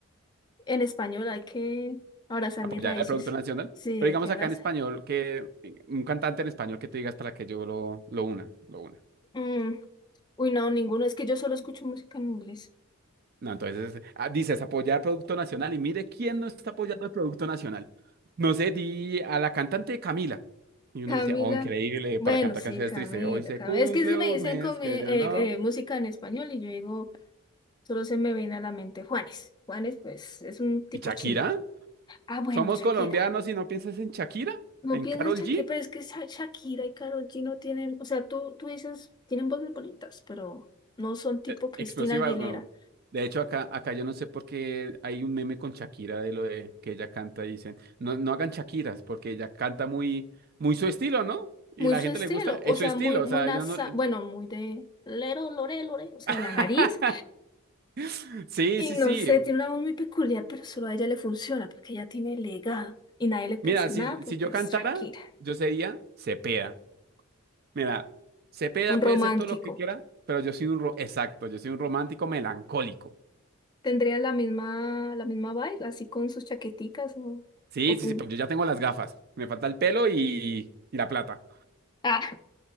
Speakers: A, on the left; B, on the right.
A: En español hay que abrazar
B: Apoyar
A: mis raíces.
B: el producto nacional.
A: Sí,
B: Pero
A: hay
B: digamos
A: que abrazar.
B: acá en español, que un cantante en español que te digas para que yo lo, lo una, lo una.
A: Mm, Uy, no, ninguno. Es que yo solo escucho música en inglés.
B: No, entonces ah, dices apoyar producto nacional y mire quién no está apoyando el producto nacional. No sé, di a la cantante Camila. Y
A: Camila.
B: uno dice, oh, increíble,
A: Bueno,
B: para cantar
A: sí,
B: canciones
A: Camila,
B: tristes. Hoy se
A: Camila.
B: cumple
A: Es que si me
B: un
A: dicen
B: mes
A: comi-
B: que
A: eh,
B: ya no.
A: eh, música en español y yo digo... Solo se me viene a la mente Juanes. Juanes, pues, es un tipo
B: ¿Y Shakira?
A: chill. Ah, bueno,
B: ¿Somos
A: Shakira.
B: colombianos y no piensas en Shakira?
A: No
B: ¿En
A: pienso
B: Karol
A: en Shakira,
B: G?
A: pero es que Sha- Shakira y Karol G no tienen, o sea, tú, tú dices, tienen voces bonitas, pero no son tipo
B: Eh,
A: Cristina
B: Explosivas,
A: Aguilera.
B: no. De hecho, acá, acá yo no sé por qué hay un meme con Shakira de lo de que ella canta y dicen, no, no hagan Shakiras, porque ella canta muy, muy su estilo, ¿no? Y
A: Muy
B: la
A: su
B: gente
A: estilo,
B: le gusta, es
A: o sea,
B: su estilo,
A: muy, muy
B: o sea,
A: nasa,
B: yo no.
A: bueno, muy de lero, lore, lore, o sea,
B: <laughs>
A: de la nariz.
B: Sí,
A: Y
B: sí, sí.
A: no sé, tiene una voz muy peculiar, pero solo a ella le funciona, porque ella tiene legado. Y nadie le puede
B: Mira,
A: decir
B: si,
A: nada porque
B: si yo
A: es
B: cantara,
A: Shakira.
B: yo sería Cepeda. Mira, Cepeda
A: Un romántico.
B: puede ser todo lo que quiera, pero yo soy un, ro- exacto, yo soy un romántico melancólico.
A: ¿Tendrías la misma, la misma vibe, así con sus chaqueticas o,
B: Sí,
A: o pungo?
B: sí, sí, pero yo ya tengo las gafas. Me falta el pelo y, y la plata.
A: Ah, <laughs>